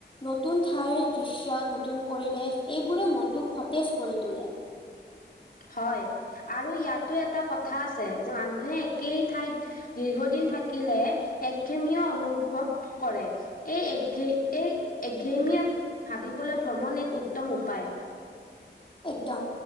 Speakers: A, on the left; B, on the left.
A: নতুন ঠাইৰ দৃশ্য নতুন পৰিৱেশ এইবোৰে মনটোক সতেজ কৰি তোলে।
B: হয়, আৰু ইয়াতো এটা কথা আছে, যে মানুহে একেই ঠাইত দীৰ্ঘদিন থাকিলে একঘেমীয় অনুভৱ কৰে। এই ঘে এক এঘেৰি ভ্ৰমণ এক উত্তম উপায়।
A: একদম।